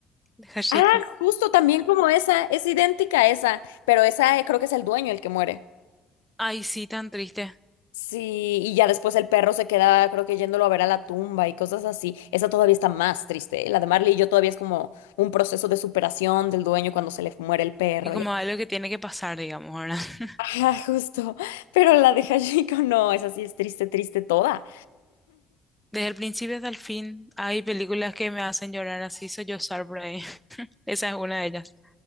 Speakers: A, in the centre; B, on the left.
A: de Hashiko.
B: ah, justo también como esa, es idéntica a esa, pero esa eh, creo que es el dueño el que muere.
A: Ay, sí, tan triste.
B: Sí, y ya después el perro se queda, creo que yéndolo a ver a la tumba y cosas así. Esa todavía está más triste. ¿eh? La de Marley y yo todavía es como un proceso de superación del dueño cuando se le muere el perro.
A: Es como algo que tiene que pasar, digamos, ahora. <laughs>
B: Ah, justo. Pero la de Hashiko no, esa sí es triste, triste toda.
A: Desde el principio hasta el fin, hay películas que me hacen llorar así, soy yo por ahí. <laughs> Esa es una de ellas.